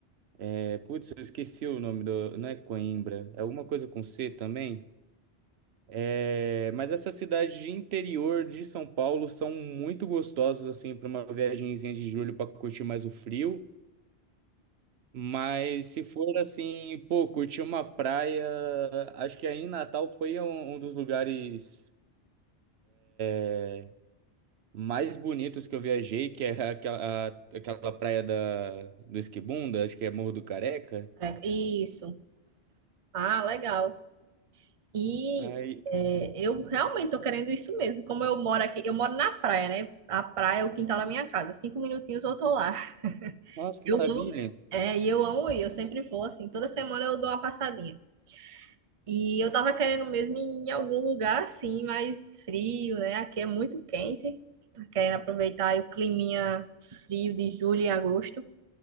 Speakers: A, on the right; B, on the right.
A: é, putz, eu esqueci o nome do, não é Coimbra, é alguma coisa com C também. É, mas essas cidades de interior de São Paulo são muito gostosas assim para uma viagenzinha de julho para curtir mais o frio. Mas se for assim, pô, curtir uma praia, acho que aí em Natal foi um, um dos lugares é, mais bonitos que eu viajei, que é aquela, a- aquela praia da, do Esquibunda, acho que é Morro do Careca.
B: Pra- Isso. Ah, legal. E
A: Aí,
B: é, eu realmente tô querendo isso mesmo. Como eu moro aqui, eu moro na praia, né? A praia é o quintal da minha casa. Cinco minutinhos eu tô lá.
A: nossa, que
B: Eu
A: maravilha!
B: amo, é, e eu amo ir. Eu sempre vou assim. Toda semana eu dou uma passadinha. E eu tava querendo mesmo ir em algum lugar assim, mais frio, né? Aqui é muito quente. Tá Querendo aproveitar aí o climinha frio de julho e agosto.